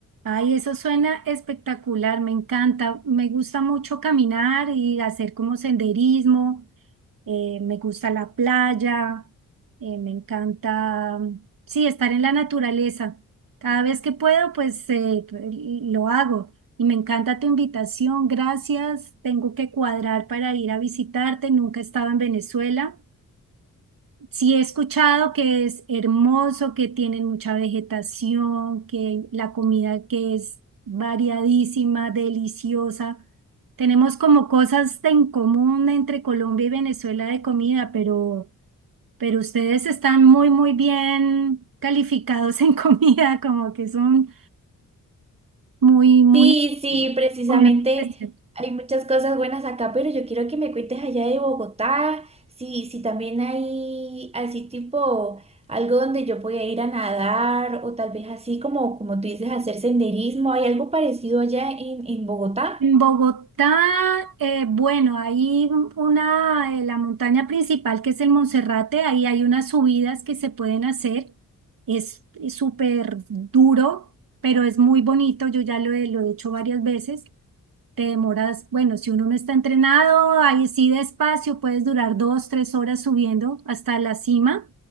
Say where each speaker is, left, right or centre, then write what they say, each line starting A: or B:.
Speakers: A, on the right; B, on the right.
A: Ay, eso suena espectacular, me encanta. Me gusta mucho caminar y hacer como senderismo. eh, me gusta la playa. eh, me encanta, sí, estar en la naturaleza. Cada vez que puedo, pues eh, lo hago. Y me encanta tu invitación, gracias. Tengo que cuadrar para ir a visitarte. Nunca he estado en Venezuela. Sí, he escuchado que es hermoso, que tienen mucha vegetación, que la comida que es variadísima, deliciosa. Tenemos como cosas de en común entre Colombia y Venezuela de comida, pero, pero ustedes están muy, muy bien calificados en <laughs> comida, como que son muy, muy
B: Sí, sí, precisamente
A: comida muy especial.
B: hay muchas cosas buenas acá, pero yo quiero que me cuentes allá de Bogotá. Sí, sí, también hay así tipo algo donde yo pueda ir a nadar o tal vez así como, como tú dices, hacer senderismo. ¿Hay algo parecido allá en, en Bogotá?
A: En Bogotá, eh, bueno, hay un- una, eh, la montaña principal que es el Monserrate, ahí hay unas subidas que se pueden hacer. Es es súper duro, pero es muy bonito. Yo ya lo he, lo he hecho varias veces. Te demoras, bueno, si uno no está entrenado, ahí sí despacio, puedes durar dos, tres horas subiendo hasta la cima,